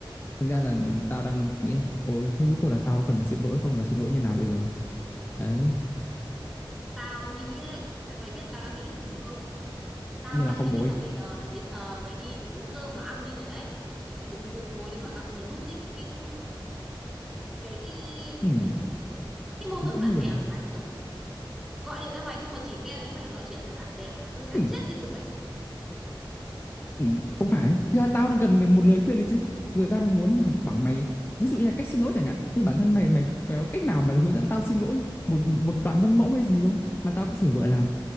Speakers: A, on the left; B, in the centre.
A: thành ra là tao đang chỉ nghĩ là ồ thế rốt cuộc là tao cần phải xin lỗi không và xin lỗi như nào bây giờ đấy
B: tao nghĩ ấy, tại mày biết tao đang nghĩ cái gì không tao
A: tự nhiên
B: đang
A: là không
B: nghĩ
A: ngồi
B: là bây giờ là đến giờ mày đi phải nấu cơm mà ăn đi rồi đấy mày đừng tự ngồi đấy mà gặm nhấm cái cái cái cái
A: ừ,
B: gì nhỉ cái mâu
A: nỗi
B: thuẫn
A: buồn
B: bạn bè
A: à?
B: của mày nữa gọi điện cho mày xong mà chỉ nghe thấy mày nói chuyện về bạn bè của mày thôi chán
A: ừ,
B: chết đi được ấy
A: ừ, không phải Thực ra tao đang cần mày một lời khuyên đấy chứ giờ tao đang muốn là bảo mày ví dụ như là cách xin lỗi chẳng hạn như bản thân mày mày, mày có cách nào mà hướng dẫn tao xin lỗi một một đoạn văn mẫu hay gì không mà tao có thể gọi là